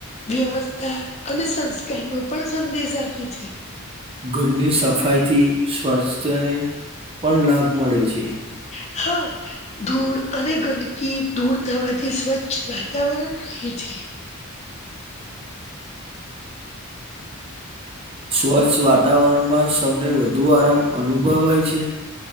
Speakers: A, on the left; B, on the right.
A: વ્યવસ્થા અને સંસ્કાર નો પણ સંદેશ આપે છે
B: ઘરની સફાઈ થી સ્વાસ્થ્યને પણ લાભ મળે છે
A: હા ધૂળ અને ગંદકી દૂર થવાથી સ્વચ્છ વાતાવરણ રહી છે
B: કચ્છ વાતાવરણમાં સૌને વધુ આરામ અનુભવાય છે